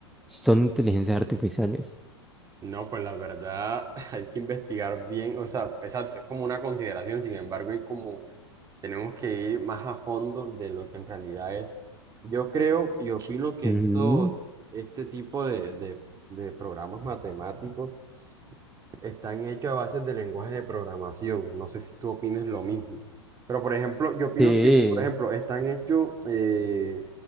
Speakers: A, in the centre; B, on the right.
A: son inteligencias artificiales.
B: No, pues la verdad <laughs> hay que investigar bien, o sea, exacto, es como una consideración, sin embargo, y como tenemos que ir más a fondo de lo que en realidad es. Yo creo y opino que
A: Ujú.
B: esto, este tipo de, de, de programas matemáticos están hechos a bases de lenguaje de programación. No sé si tú opines lo mismo. Pero, por ejemplo, yo opino
A: Sí,
B: que, por ejemplo, están hechos eh,